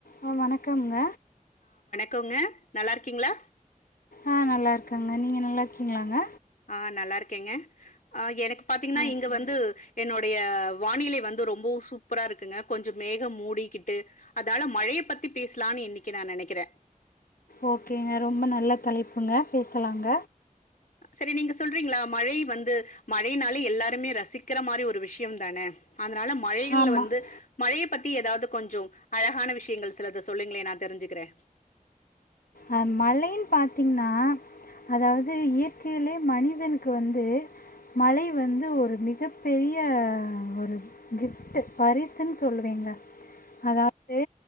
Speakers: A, on the left; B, on the left.
A: ஆ வணக்கம்ங்க
B: கொங்க நல்லா இருக்கீங்களா
A: ஆஹ் நல்லா இருக்காங்க நீங்க நல்லா இருக்கீங்களாங்க
B: ஆஹ் நல்லா இருக்கேங்க ஆஹ் எனக்கு பாத்தீங்கன்னா
A: ஓகேங்க
B: இங்க வந்து என்னுடைய வானிலை வந்து ரொம்பவு சூப்பரா இருக்குங்க கொஞ்சொ மேகம் மூடிக்கிட்டு அதால மழைய பத்தி பேசலான்னு இன்னைக்கு நா நெனைக்கிறே
A: ஓகேங்க ரொம்ப நல்லா தலைப்புங்க பேசலாங்க
B: சரி நீங்க சொல்றீங்களா மழை வந்து மழைனாலே எல்லாருமே ரசிக்கிற மாரி ஒரு விஷயம் தானே அதுனால மழைகள்ல
A: ஆமாம்
B: வந்து மழையப் பத்தி ஏதாவது கொஞ்சொ அழகான விஷயங்கள் சிலத சொல்லுங்களே நா தெரிஞ்சுக்குறே
A: அஹ் மழைன்னு பாத்தீங்கன்னா அதாவது இயற்கையிலே மனிதனுக்கு வந்து மழை வந்து ஒரு மிகப் பெரிய ஒரு கிஃப்ட்டு பரிசுன்னு சொல்லுவேங்க அதாவது